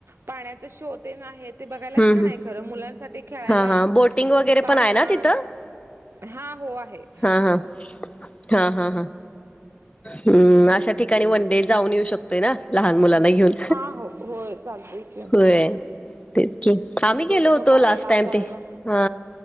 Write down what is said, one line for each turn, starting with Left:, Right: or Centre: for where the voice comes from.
Right: पाण्याच शोतेण आहे ते बघायला
Left: हम्म,
Right: छान
Left: हम्म.
Right: आहे खरं मुलांसाठी खेळायला
Left: हा हा बोटिंग वगैरे
Right: पाळणा
Left: पण आहे ना तिथं
Right: हा हो आहे.
Left: हा हा हा हा हा हम्म अशा ठिकाणी वन डे जाऊन येऊ शकतोय ना लहान मुलांना घेऊन
Right: हा हो होय चालतय,
Left: होय. तेच कि आम्ही गेलो
Right: बिटो
Left: होतो
Right: काढायला
Left: लास्ट टाइम
Right: करायला.
Left: ते हा